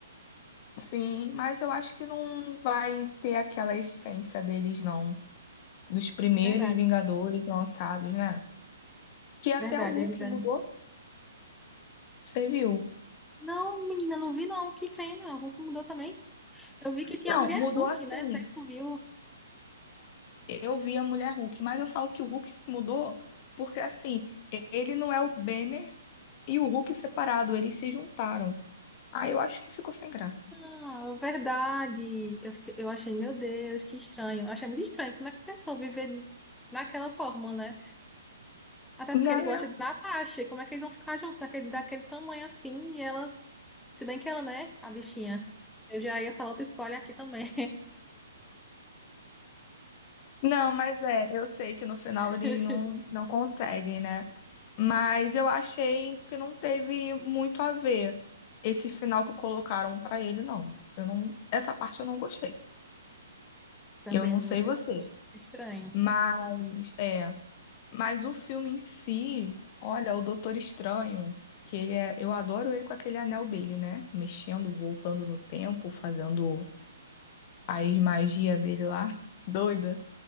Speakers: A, on the left; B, in the centre.
A: Sim, mas eu acho que não vai ter aquela essência deles, não. Dos primeiros
B: Verdade,
A: Vingadores lançados, né? Que até
B: verdade,
A: o Hulk
B: eles eram.
A: mudou, você viu?
B: Não, menina, não vi não que tem, não. Hulk mudou também. Eu vi que tinha
A: Não,
B: a mulher
A: mudou
B: Hulk,
A: assim.
B: né? Não sei se tu viu.
A: É, eu vi a Mulher Hulk, mas eu falo que o Hulk mudou porque, assim, ele não é o Banner e o Hulk separado, eles se juntaram. Aí eu acho que ficou sem graça.
B: Ah, verdade. Eu, fiquei- eu achei, meu Deus, que estranho. Eu achei muito estranho. Como é que a pessoa viver naquela forma, né? Até
A: Não,
B: porque ele gosta
A: não,
B: de Natasha. E como é que eles vão ficar juntos daquele, daquele tamanho assim? E ela, se bem que ela, né, a bichinha. Eu já ia falar outra escolha aqui também.
A: não, mas é, eu sei que no final
B: <laughs>
A: eles não, não conseguem, né? Mas eu achei que não teve muito a ver esse final que colocaram pra ele, não. Eu não, essa parte eu não gostei.
B: Também
A: Eu não
B: não
A: sei
B: gostei,
A: você,
B: não. Estranho.
A: mas é, mas o filme em si, olha, o Doutor Estranho, que ele é, eu adoro ele com aquele anel dele, né? Mexendo, voltando no tempo, fazendo as magias dele lá, <laughs> doida.